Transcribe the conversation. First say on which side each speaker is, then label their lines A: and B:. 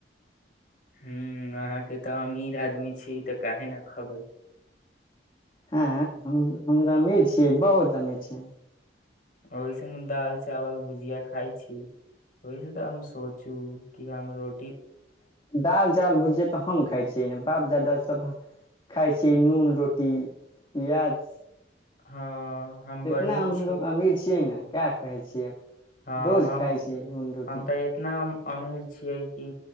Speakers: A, on the left (about 50°); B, on the left (about 30°).
A: ह अहाँके तऽ अमीर आदमी छी ई तऽ काहे ने खबै
B: हँ हम अमीर छियै बहुत अमीर छियै
A: ओहिसन दाल चावल भुजिया खाइ छी ओहि छै तऽ आ सोचु कि हमरो
B: दालि चावल भुजियै तऽ हम खाइ छियै बाप दादा सब खााय छै नून रोटी पियाज
A: हँ हम गरीब
B: एतना आ हमलोग
A: छी
B: अमीर छियै ने कए कहै छियै
A: हँ
B: रोज
A: हम
B: खााय छै नून रोटी
A: हम तऽ इतना हम अमीर छियै कि